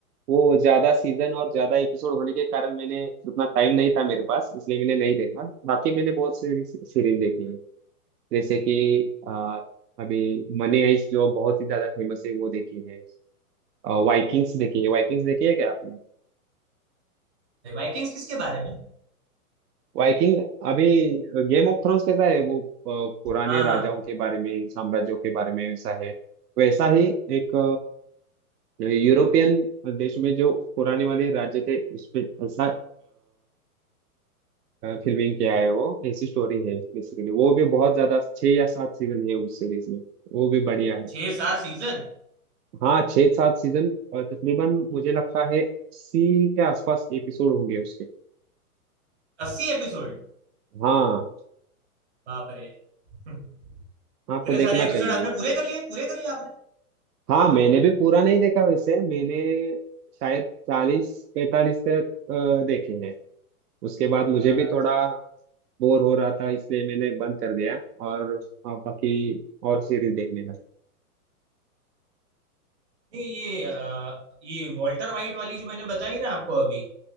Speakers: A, on the right; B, on the right.
A: वो ज्यादा सीजन और ज्यादा एपिसोड होने के कारण मैंने उतना टाइम नहीं था मेरे पास इसलिए मैंने नहीं देखा बाकी मैंने बहुत सीरीज सीरीज देखी है जैसे कि आ, अभी मनी हाइस्ट जो बहुत ही ज्यादा फेमस है वो देखी है वाइकिंग्स देखी है वाइकिंग्स देखी है क्या आपने
B: वाइकिंग्स किसके बारे में
A: वाइकिंग अभी गेम ऑफ थ्रोन्स कैसा है वो अ, पुराने
B: हाँ
A: राजाओं
B: हाँ
A: के बारे में साम्राज्यों के बारे में वैसा है वैसा ही एक यूरोपियन देश में जो पुराने वाले राज्य थे उसपे ऐसा फिल्मिंग किया है वो ऐसी स्टोरी है बेसिकली वो भी बहुत ज्यादा छह या सात सीजन है उस सीरीज में वो भी बढ़िया है
B: छह सात सीजन
A: हाँ छह सात सीजन और तकरीबन मुझे लगता है अस्सी के आसपास एपिसोड होंगे उसके
B: अस्सी एपिसोड
A: हाँ
B: बाप रे हम्म,
A: आपको
B: इतने
A: देखना
B: सारे एपिसोड
A: चाहिए
B: आपने पूरे कर लिए पूरे कर लिए आपने
A: हाँ मैंने भी पूरा नहीं देखा वैसे मैंने शायद चालीस पैंतालीस तक अ, देखे हैं उसके बाद मुझे
B: अच्छा
A: भी थोड़ा बोर हो रहा था इसलिए मैंने बंद कर दिया और हाँ, बाकी और सीरीज देखने लगा
B: नहीं ये अ, ये वॉल्टर वाइट वाली जो मैंने बताई ना आपको अभी